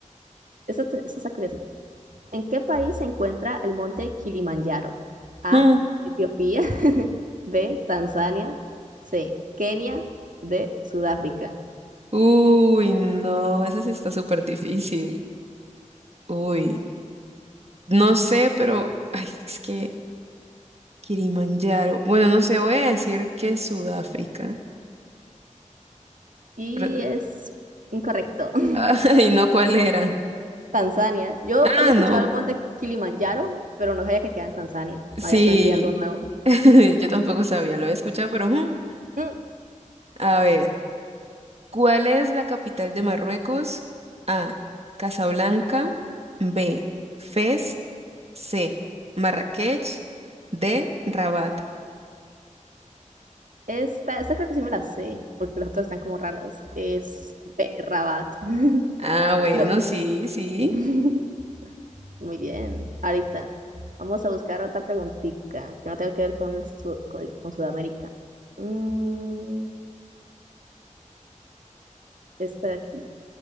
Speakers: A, on the right; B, on the right.
A: Esta te- esta está curiosita. ¿En qué país se encuentra el monte Kilimanjaro? A,
B: Mm.
A: Etiopía. <laughs> B, Tanzania. C, Kenia. D, Sudáfrica.
B: Uy, no, esa sí está súper difícil. Uy. No sé, pero ay, es que Kilimanjaro. Bueno, no sé, voy a decir que es Sudáfrica,
A: Y
B: pero
A: es incorrecto. <laughs>
B: <laughs> ay, no cuál era.
A: Tanzania. Yo
B: Ah,
A: había escuchado
B: no.
A: el monte Kilimanjaro, pero no sabía que queda en Tanzania.
B: Sí,
A: Había aprendido algo nuevo.
B: <laughs> yo tampoco sabía, lo he escuchado, pero ujú.
A: Mm,
B: A ver, ¿cuál es la capital de Marruecos? A, Casablanca, B, Fez, C, Marrakech, D, Rabat.
A: Esta, esta creo que sí me la sé, porque las otras están como raras. Es Berrabat. <laughs>
B: Ah, bueno,
A: No.
B: sí, sí.
A: <laughs> Muy bien. Ahorita vamos a buscar otra preguntita que no tenga que ver con, Su- con, con Sudamérica. Mm, esta de aquí.